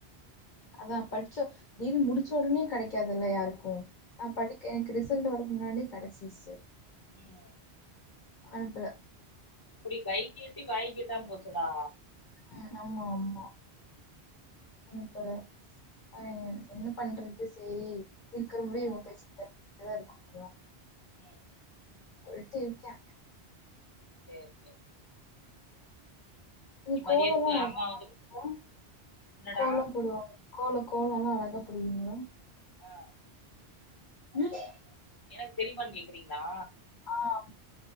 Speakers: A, on the left; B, on the left.
A: அதான் படிச்ச டிகிரி முடிச்ச உடனே கிடைக்காதுல்ல யாருக்கும் நான் படிக்க எனக்கு ரிசல்ட் வர முன்னாடி கடைச்சிருச்சு
B: ம்
A: அனுப்புல
B: இப்படி கைக்கு எட்டி வாய்கேட்டாம போச்சடா
A: உம் ஆமா ஆமா அனுப்பல அஹ் என்ன பண்றது சரி இருக்கிற முடியும்
B: ஆ
A: இவங்க பேசிட் டுதா இருக்க முடியு
B: ம்
A: உல்டுடிருக்கே
B: சேரி சேரி சேரி
A: ம்
B: நீ
A: கோலம்
B: மதியத்துக்கு
A: எல்லாம் அழகா
B: அம்மா
A: போடுவீங்கல்ல
B: வந்து என்னடா
A: கோலம் போடுவாங்க கோலோ கோலோல்லாம் அழகா போடுவீங்களா
B: ஆஹ்
A: உம்
B: எனக்கு தெரியுமான்னு கேக்கறீங்களா
A: ஆஹ்